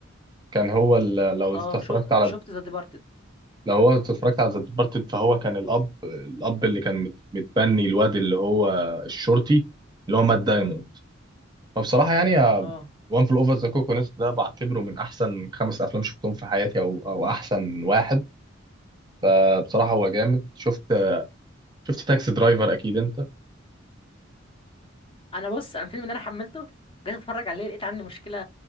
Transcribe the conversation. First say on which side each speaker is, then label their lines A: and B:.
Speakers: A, on the right; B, on the left.
A: كان هو ال- لو
B: اه
A: انت اتفرجت
B: شو
A: على
B: شفت ذا ديبارتد
A: لو هو اتفرجت على ذا ديبارتد فهو كان الاب الاب اللي كان مت- متبني الواد اللي هو الشرطي اللي هو مات دايموند فبصراحه يعني
B: اه
A: وان فل اوفر ذا كوكونس ده بعتبره من احسن خمس افلام شفتهم في حياتي او او احسن واحد فبصراحه هو جامد شفت شفت تاكسي درايفر اكيد انت
B: انا بص انا الفيلم ده انا حملته جيت اتفرج عليه لقيت عندي مشكله